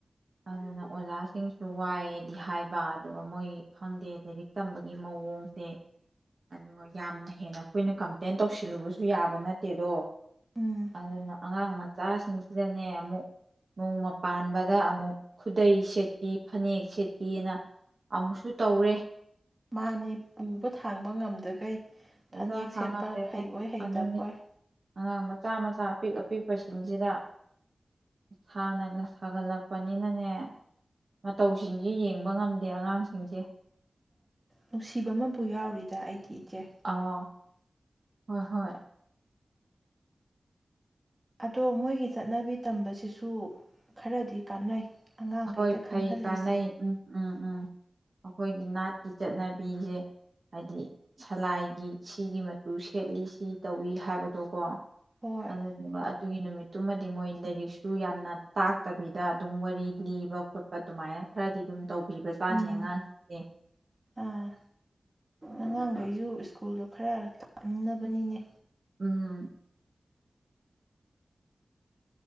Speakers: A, on the right (about 60°); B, on the right (about 25°).
A: ꯑꯗꯨꯅ ꯑꯣꯖꯥꯁꯤꯡꯁꯨ ꯋꯥꯏꯑꯗꯤ ꯍꯥꯏꯕ ꯑꯗꯨꯒ ꯃꯣꯏ ꯈꯪꯗꯦ ꯂꯥꯏꯔꯤꯛ ꯇꯝꯕꯒꯤ ꯃꯑꯣꯡꯁꯦ ꯑꯗꯨꯒ ꯌꯥꯝꯅ ꯍꯦꯟꯅ ꯑꯩꯈꯣꯏꯅ ꯀꯝꯄ꯭ꯂꯦꯟ ꯇꯧꯁꯤꯜꯂꯨꯕꯁꯨ ꯌꯥꯕ ꯅꯠꯇꯦ ꯆꯠꯇꯦꯗꯣ
B: ꯎꯝ
A: ꯑꯗꯨꯅ ꯑꯉꯥꯡ ꯃꯆꯥꯁꯤꯡꯁꯤꯗꯅꯦ ꯑꯃꯨꯛ ꯅꯣꯡꯃ ꯄꯥꯟꯕꯗ ꯑꯃꯨꯛ ꯈꯨꯗꯩ ꯁꯦꯠꯄꯤ ꯐꯅꯦꯛ ꯁꯦꯠꯄꯤꯅ ꯑꯃꯨꯛꯁꯨ ꯇꯧꯔꯦ
B: ꯃꯥꯅꯤ ꯄꯨꯕ ꯊꯥꯡꯕ ꯉꯝꯗꯈꯩ ꯐꯅꯦꯛ
A: ꯎꯔ ꯍꯥꯡꯉꯝꯂꯦ
B: ꯁꯦꯠꯄ ꯍꯩꯕꯣꯏ ꯍꯩꯇꯕꯣꯏ
A: ꯑꯗꯨꯅꯤ ꯑꯉꯥꯡ ꯃꯆꯥ ꯃꯆꯥ ꯑꯄꯤꯛ ꯑꯄꯤꯛ ꯄꯁꯤꯡꯁꯤꯗ ꯍꯟꯅꯒ ꯁꯥꯒꯠꯂꯛꯄꯅꯤꯅꯅꯦ ꯃꯇꯧꯁꯤꯡꯁꯦ ꯌꯦꯡꯕ ꯉꯝꯗꯦ ꯑꯉꯥꯡꯁꯤꯡꯁꯦ
B: ꯅꯨꯡꯁꯤꯕ ꯑꯃꯕꯨ ꯌꯥꯎꯔꯤꯗ ꯑꯩꯗꯤ ꯏꯆꯦ
A: ꯑꯥ ꯍꯣꯏ ꯍꯣꯏ
B: ꯑꯗꯣ ꯃꯣꯏꯒꯤ ꯆꯠꯅꯕꯤ ꯇꯝꯕꯁꯤꯁꯨ ꯈꯔꯗꯤ ꯀꯥꯟꯅꯩ ꯑꯉꯥꯡꯈꯩꯗ
A: ꯍꯈꯣꯏ
B: ꯈꯪꯍꯜꯂꯤꯁꯦ
A: ꯐꯩ ꯀꯥꯟꯅꯩ ꯎꯝ ꯎꯝ ꯎꯝ ꯑꯩꯈꯣꯏꯒꯤ ꯅꯥꯠꯀꯤ ꯆꯠꯅꯕꯤꯁꯦ ꯍꯥꯏꯗꯤ ꯁꯂꯥꯏꯒꯤ ꯁꯤꯒꯤ ꯃꯆꯨ ꯁꯦꯠꯂꯤ ꯁꯤ ꯇꯧꯏꯤ ꯍꯥꯏꯕꯗꯣ ꯀꯣ
B: ꯍꯣꯏ
A: ꯑꯗꯨꯗꯨꯒ ꯑꯗꯨꯒꯤ ꯅꯨꯃꯤꯠ ꯑꯗꯨꯃꯗꯤ ꯃꯣꯏ ꯂꯥꯏꯔꯤꯛꯁꯨ ꯌꯥꯝꯅ ꯇꯥꯛꯇꯕꯤꯗ ꯑꯗꯨꯝ ꯋꯥꯔꯤ ꯂꯤꯕ ꯈꯣꯠꯄ ꯑꯗꯨꯃꯥꯏꯅ ꯈꯔꯗꯤ ꯑꯗꯨꯝ ꯇꯧꯕꯤꯕ ꯆꯥꯅꯤ
B: ꯎꯝ
A: ꯑꯉꯥꯡꯁꯤꯡꯁꯦ
B: ꯑꯥ ꯑꯉꯥꯡꯈꯩꯁꯨ ꯁ꯭ꯀꯨꯜꯗꯣ ꯈꯔ ꯂꯥꯛꯅꯤꯡꯅꯕꯅꯤꯅꯦ
A: ꯎꯝ